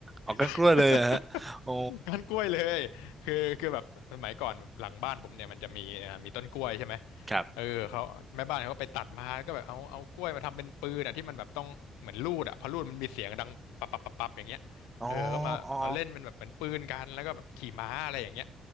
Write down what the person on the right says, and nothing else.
ออกกันกล้วยเลยเหรอฮะโอ้
ครับ
อ๋ออ๋อ